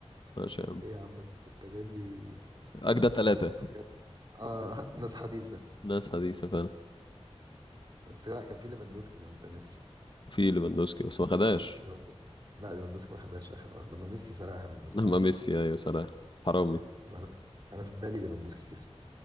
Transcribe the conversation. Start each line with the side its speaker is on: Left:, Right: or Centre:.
Left: عشان
Right: ايه يا عم ده انت أنت جايب لي
Left: أجدى ثلاثة
Right: حاجات اه <laughs> ناس حديثة
Left: ناس حديثة فعلا
Right: بس لا كان في ليفاندوسكي ده ما انت ناسي
Left: في ليفاندوسكي بس ما خدهاش
Right: ليفاندوسكي لا ليفاندوسكي ما خدهاش في اخر لحظة، لما ميسي سرقها منه
Left: <laughs>
Right: صح
Left: أما ميسي أيوة صلاح حرامي
Right: يبقى انا انا في بالي ليفاندوسكي كسب